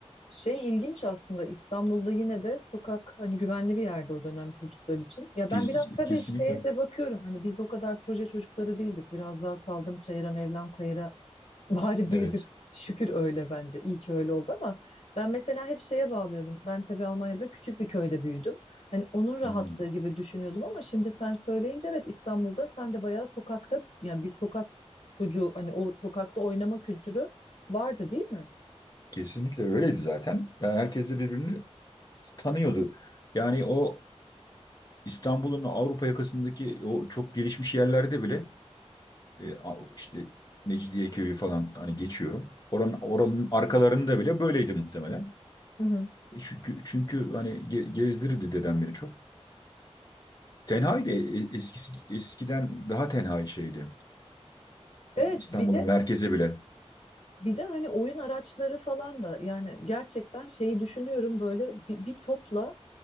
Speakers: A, on the left (about 55°); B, on the left (about 35°).
A: Şey ilginç aslında İstanbul'da yine de sokak hani güvenli bir yerde o dönem çocuklar için. Ya
B: Kes-
A: ben biraz tabii
B: kesinlikle.
A: şeye de bakıyorum hani biz o kadar proje çocukları değildik. Biraz daha saldım çayıra Mevlam kayıra <laughs> bari büyüdük.
B: Evet.
A: Şükür öyle bence. İyi ki öyle oldu ama ben mesela hep şeye bağlıyordum. Ben tabii Almanya'da küçük bir köyde büyüdüm. Hani onun rahatlığı
B: Hmm.
A: gibi düşünüyordum ama şimdi sen söyleyince evet İstanbul'da sen de bayağı sokakta yani bir sokak çocuğu hani o sokakta oynama kültürü vardı değil mi?
B: Kesinlikle öyleydi zaten. Yani herkes de birbirini tanıyordu. Yani o İstanbul'un Avrupa yakasındaki o çok gelişmiş yerlerde bile e, a- işte Mecidiyeköy'ü falan hani geçiyorum. Oranın, oranın arkalarında bile böyleydi muhtemelen.
A: Hı hı.
B: E Çünkü, çünkü hani ge- gezdirirdi dedem beni çok. Tenhaydı e- e, eskisi, eskiden daha tenha şeydi.
A: Evet
B: İstanbul'un
A: bir de
B: merkezi bile.
A: Bir de hani oyun araçları falan da yani gerçekten şeyi düşünüyorum böyle bir, bir topla